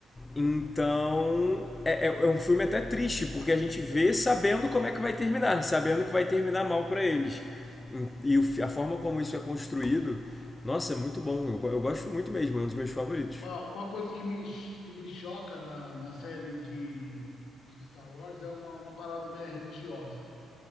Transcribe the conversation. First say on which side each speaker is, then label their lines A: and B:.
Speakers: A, on the left; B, on the left.
A: Então, é, é- é um filme até triste, porque a gente vê sabendo como é que vai terminar, sabendo que vai terminar mal pra eles. E o a forma como isso é construído, nossa, é muito bom. Eu, eu gosto muito mesmo, é um dos meus favoritos.
B: Uma, uma coisa que me, que me choca na, na série de, de Star Wars é uma, uma parada meio religiosa.